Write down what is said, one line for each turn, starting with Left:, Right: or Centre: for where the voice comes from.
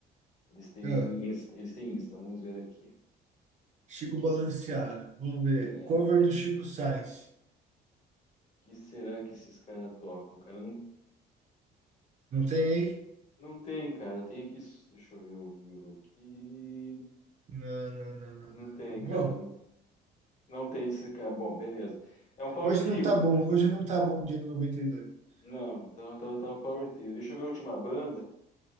Left: eles têm,
Right: Ah.
Left: Insta- eles têm Insta. Vamos ver aqui.
Right: Chico
Left: Que que
Right: Balanceado.
Left: se-
Right: Vamos ver.
Left: é,
Right: Cover
Left: que,
Right: do Chico Sainz.
Left: que será que esses caras tocam? Cara, não,
Right: Não tem aí?
Left: não tem, cara. Tem aqui, deixa eu ver ao vivo aqui.
Right: Não, não, não, não,
Left: Não
Right: não.
Left: tem,
Right: não.
Left: cara. Não,
Right: Bom,
Left: não tem esse cara. Bom, beleza. É um power
Right: hoje
Left: trio.
Right: não tá bom. Hoje não tá bom o dia do 92. E dois.
Left: Não, então tá, tá tá um power trio. Deixa eu ver a última banda.